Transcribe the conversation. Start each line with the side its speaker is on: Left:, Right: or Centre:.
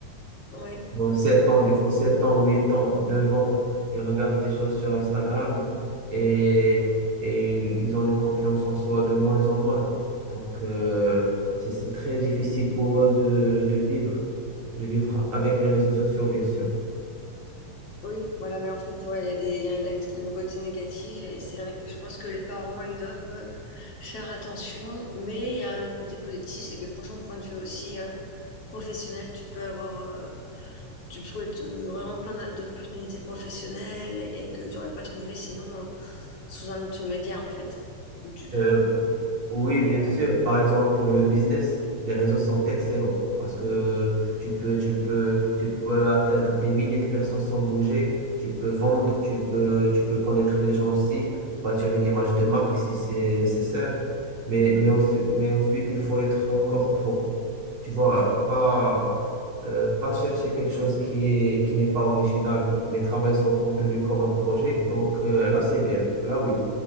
Left: Oui,
Right: Bon, 7 ans, des fois 7 ans, 8 ans, 9 ans, ils regardent des choses sur Instagram et, et ils ont une confiance en soi de moins en moins. Donc, euh, c'est c'est très difficile pour eux de, de vivre, de vivre avec les réseaux sociaux, bien sûr.
Left: Oui, voilà, mais en fait, ouais, il y a des, il y a une- le côté négatif, et c'est vrai que je pense que les parents, ils doivent euh, faire attention, mais il y a un autre côté positif, c'est que franchement, point de vue aussi euh, professionnel, tu peux avoir, euh, tu peux trouver de- vraiment plein d'a- d'opportunités professionnelles et que tu n'aurais pas trouvé sinon euh, sous un autre média, en fait. Où tu,
Right: Euh, oui,
Left: euh,
Right: bien sûr. Par exemple, pour le business, les réseaux sont excellents parce que tu peux, tu peux, tu peux atteindre des milliers de personnes sans bouger. Tu peux vendre, tu peux, tu peux connaître les gens aussi, bâtir une image de marque si c'est nécessaire. Mais, mais ensuite, mais ensuite, il faut être encore pro. Tu vois, pas, euh, pas chercher quelque chose qui est, qui n'est pas original, mais travailler son contenu comme un projet. Donc, euh, là, c'est bien. Là, oui.